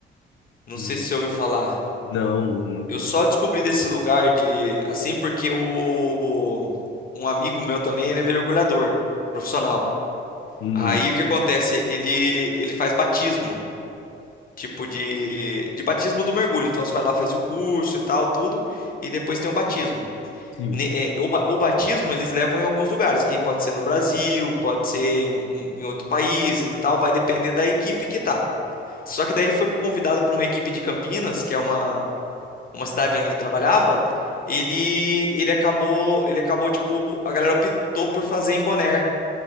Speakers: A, on the left (about 45°); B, on the left (about 75°).
A: Não
B: hum,
A: sei se você ouviu falar.
B: não, nu- nunca
A: Eu
B: ouvi
A: só
B: falar.
A: descobri desse lugar de assim porque o, o- um amigo meu também, ele é mergulhador profissional.
B: Hum,
A: Aí o que acontece? Ele ele faz batismo, tipo de de batismo do mergulho. Então você vai lá, faz o curso e tal, tudo, e depois tem um batismo.
B: sim,
A: ne- é, o, ba- o batismo eles levam em alguns lugares, quem pode ser no Brasil, pode ser em, um- um, em outro país e tal, vai depender da equipe que tá. Só que daí ele foi convidado por uma equipe de Campinas, que é uma, uma cidade onde ele trabalhava. Ele ele acabou ele acabou tipo a galera optou por fazer em Bonaire,